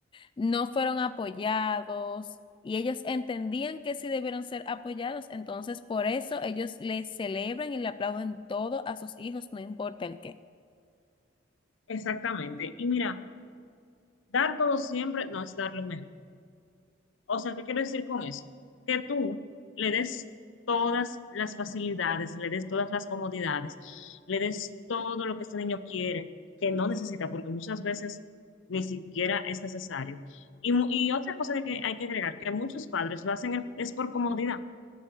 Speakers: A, on the left (about 25°); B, on the left (about 80°).
A: no fueron apoyados y ellos entendían que sí debieron ser apoyados, entonces por eso ellos le celebran y le aplauden todo a sus hijos, no importa el qué.
B: Exactamente. Y mira, dar todo siempre no es dar lo mejor. O sea, ¿qué quiero decir con eso? Que tú le des todas las facilidades, le des todas las comodidades, le des todo lo que este niño quiere, que no necesita, porque muchas veces ni siquiera es necesario. Y, mu- y otra cosa que hay que agregar, que muchos padres lo hacen es por comodidad,